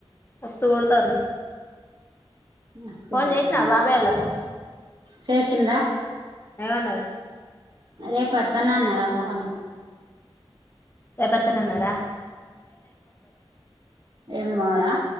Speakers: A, on the left; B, on the right.
A: వస్తుఊ త్తను
B: మస్తు
A: ఫోన్
B: కొడతాంది
A: చేయిసివ బాబాయోల్లకు
B: చేసిండ్రా
A: ఎవన్నారు
B: అదే పతనా నమ కొం
A: రేపత్తనన్నార
B: ఏమోరా